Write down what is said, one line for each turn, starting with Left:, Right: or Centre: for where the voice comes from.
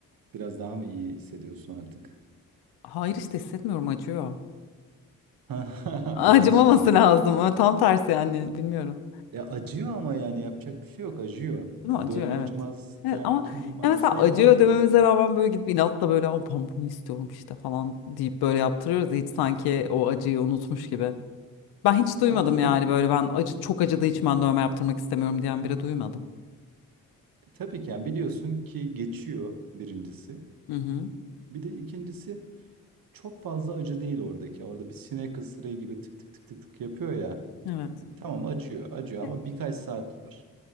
Right: Biraz daha mı iyi hissediyorsun artık?
Left: Hayır işte hissetmiyorum acıyor.
Right: <laughs>
Left: Acımaması
Right: Yanlış anladım.
Left: lazım. ama Tam tersi yani bilmiyorum.
Right: Ya acıyor ama yani yapacak bir şey yok acıyor.
Left: Değil
Right: Yani
Left: mi? Acıyor
Right: dövme
Left: evet.
Right: acımaz
Left: Evet
Right: diyen
Left: ama
Right: kim varsa
Left: ya mesela acıyor
Right: yalan söylüyor
Left: dememize
Right: demek.
Left: rağmen böyle gidip inatla böyle o ben bunu istiyorum işte falan deyip böyle yaptırıyoruz. Hiç sanki o acıyı unutmuş gibi. Ben hiç
Right: Ya
Left: duymadım
Right: tabii
Left: yani
Right: ki
Left: böyle ben acı çok acıdığı için ben dövme yaptırmak istemiyorum diyen biri duymadım.
Right: tabii ki yani biliyorsun ki geçiyor birincisi.
Left: Hı hı.
Right: Bir de ikincisi çok fazla acı değil oradaki. Orada bir sinek ısırığı gibi tık tık tık tık tık yapıyor ya.
Left: Evet.
Right: Tamam acıyor acıyor
Left: Evet.
Right: ama birkaç saat var.